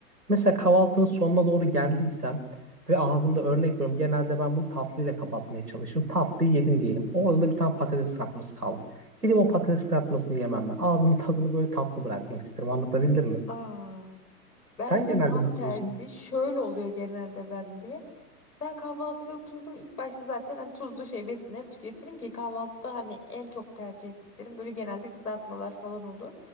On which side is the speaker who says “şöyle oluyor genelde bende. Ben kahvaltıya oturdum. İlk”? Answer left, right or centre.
Left